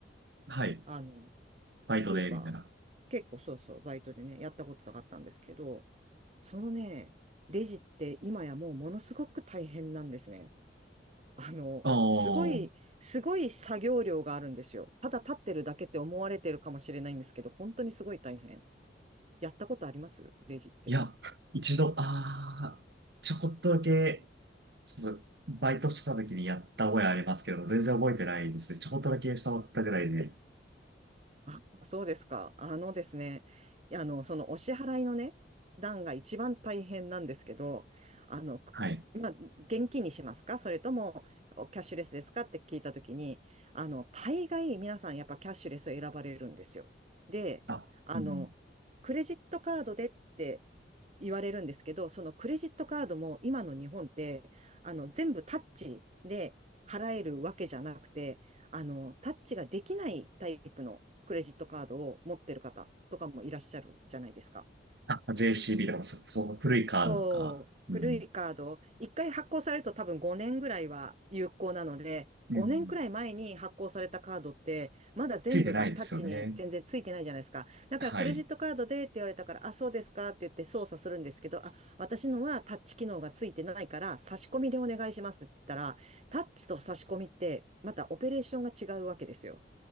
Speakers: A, on the right (about 65°); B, on the right (about 40°).
A: はい。
B: あの、
A: バイトで、
B: スーパー、
A: みたいな。
B: 結構そうそう、バイトでね、やったことがあったんですけど、そのね、レジって今やもうものすごく大変なんですね。あの、
A: おー。
B: すごい、すごい作業量があるんですよ。ただ立ってるだけって思われてるかもしれないんですけど、本当にすごい大変。やったことありますレジって。
A: いや、一度、あー、ちょこっとだけ、そうそう、バイトしてた時にやった覚えありますけど、全然覚えてないですね。ちょこっとだけしたったぐらいで。
B: あ、そうですか。あのですね、あの、そのお支払いのね、段が一番大変なんですけど、あの、くまあ、
A: はい。
B: 現金にしますかそれともおキャッシュレスですかって聞いたときに、あの、大概皆さんやっぱキャッシュレスを選ばれるんですよ。で、
A: あ、
B: あの、
A: うん。
B: クレジットカードでって言われるんですけど、そのクレジットカードも今の日本って、あの、全部タッチで払えるわけじゃなくて、あの、タッチができないタイプのクレジットカードを持ってる方とかもいらっしゃるじゃないですか。
A: あ、JCB とか、そ、その古いカードとか、
B: そう、
A: うん。
B: 古いカード、1回発行されると多分5年ぐらいは有効なので、
A: うん。
B: 5年くらい前に発行されたカードって、まだ全部がタッチに全然ついてないじゃないですか。
A: ついてないですよね。
B: だからクレジットカードでって言われたから、
A: はい。
B: あ、そうですかって言って操作するんですけど、あ、私のはタッチ機能がついてないから、差し込みでお願いしますって言ったら、タッチと差し込みって、またオペレーションが違うわけですよ。